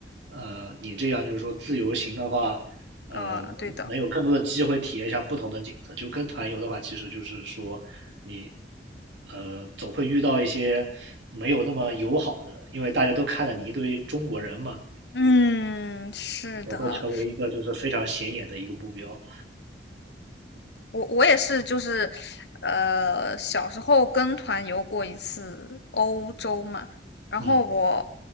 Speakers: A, on the right; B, on the left.
A: 呃你这样，就是说自由行的话，呃能能有更多的机会体验一下不同的景色。
B: 啊。对的，
A: 就跟团游的话，其实就是说你呃总会遇到一些没有那么友好的，因为大家都看了你一堆中国人嘛，
B: 嗯，是的，
A: 总会成为一个就是非常显眼的一个目标。
B: 我我也是，就是呃，小时候跟团游过一次欧洲嘛，然后我。
A: 嗯。